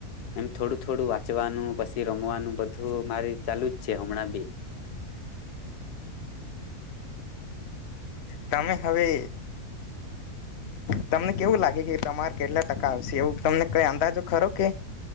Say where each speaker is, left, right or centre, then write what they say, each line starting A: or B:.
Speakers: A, on the left; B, on the left.
A: એમ થોડું થોડું વાંચવાનું પછી રમવાનું બધું મારી ચાલુ જ છે હમણાં બી
B: તમે હવે તમને કેવું લાગે કે તમારે કેટલા ટકા આવશે એવું તમને કઈ અંદાજો ખરો કે